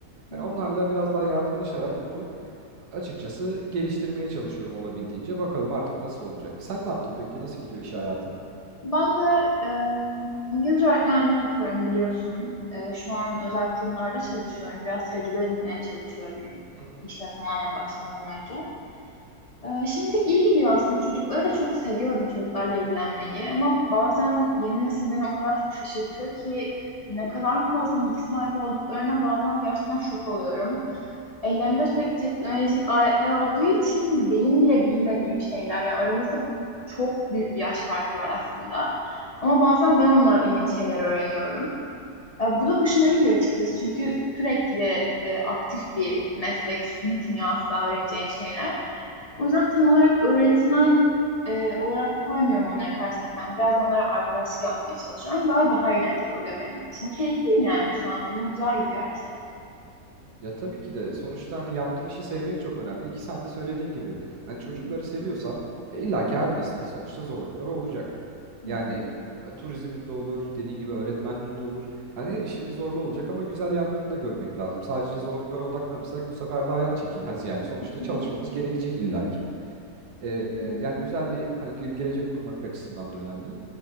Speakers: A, on the right (about 85°); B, on the left (about 65°).
A: Yani
B: Evet.
A: onlarla biraz daha yardımlaşarak bunu açıkçası geliştirmeye çalışıyorum olabildiğince. Bakalım artık nasıl olacak. Sen ne yaptın peki? Nasıl gidiyor iş hayatı?
B: Ben de e, İngilizce öğretmenliği yapıyorum biliyorsun. E, şu an özel kurumlarda çalışıyorum. Biraz tecrübe edinmeye çalışıyorum
A: Hı hı.
B: işe tamamen başlamadan önce. Ee, şimdilik iyi gidiyor aslında. Çocukları da çok seviyorum çocuklarla ilgilenmeyi. Ama bazen yeni nesil beni o kadar çok şaşırtıyor ki ne kadar fazla bilgi sahibi olduklarına bazen gerçekten şok oluyorum. Ellerinde sürekli teknolojik aletler olduğu için benim bile bilmediğim şeyler yani aramızda çok büyük bir yaş farkı var aslında. Ama bazen ben onlardan yeni şeyler öğreniyorum. E, Bu da hoşuma gidiyor açıkçası çünkü sürekli e, aktif bir meslek bitmiyor asla öğreneceğin şeyler. O yüzden tam olarak öğretmen e, olarak koymuyorum onların karşısına kendimi. Biraz onlara arkadaşlık yapmaya çalışıyorum. Böyle daha eğlenceli oluyor benim için. Keyifliyim yani şu an. Benim güzel gidiyor her şey.
A: Ya tabii ki de sonuçta hani yaptığın işi sevmek çok önemli ki sen de söylediğin gibi hani çocukları
B: Hı hı.
A: seviyorsan e, illa ki her mesleğin sonuçta zorlukları olacak.
B: Hı
A: Yani e, turizmin de olur, dediğin gibi öğretmenliğin de olur. Hani her işin bir zorluğu olacak ama güzel yanlarını da görmek lazım. Sadece zorluklara odaklanırsak bu sefer de hayat çekilmez <laughs> yani. Sonuçta
B: hı.
A: çalışmamız gerekecek illa ki. E,
B: Hı
A: e,
B: hı.
A: yani güzel bir hani ge- gelecek kurmak açısından da önemli.